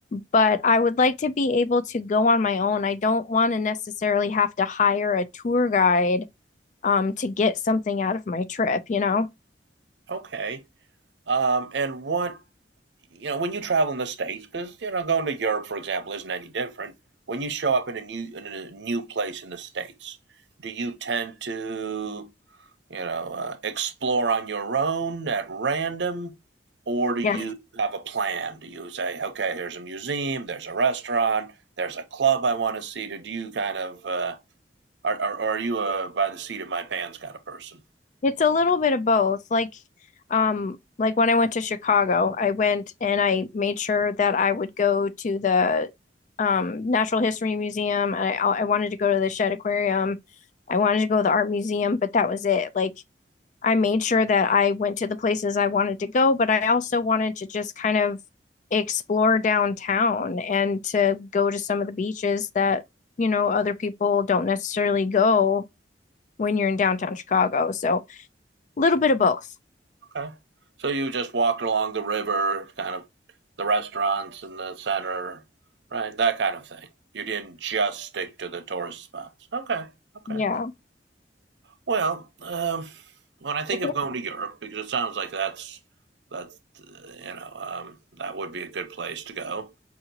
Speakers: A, on the left; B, on the right.
A: but I would like to be able to go on my own. I don't want to necessarily have to hire a tour guide, um, to get something out of my trip, you know?
B: Okay. Um, and what you know, when you travel in the states, because you know, going to Europe, for example, isn't any different. When you show up in a new in a new place in the states, do you tend to you know uh, explore on your own at random, or do you
A: Yeah.
B: have a plan? Do you say, okay, here's a museum, there's a restaurant, there's a club I want to see? Or do you kind of uh, are, are are you a by the seat of my pants kind of person?
A: It's a little bit of both. Like, um, like when I went to Chicago, I went and I made sure that I would go to the um, Natural History Museum. I I wanted to go to the Shedd Aquarium. I wanted to go to the art museum, but that was it. Like, I made sure that I went to the places I wanted to go, but I also wanted to just kind of explore downtown and to go to some of the beaches that, you know, other people don't necessarily go when you're in downtown Chicago. So a little bit of both.
B: Okay. So you just walked along the river, kind of the restaurants in the center, right? That kind of thing. You didn't just stick to the tourist spots. Okay. Okay.
A: Yeah,
B: Well, um, when I think
A: I think
B: of going to Europe, because it sounds like that's that's uh, you know um, that would be a good place to go.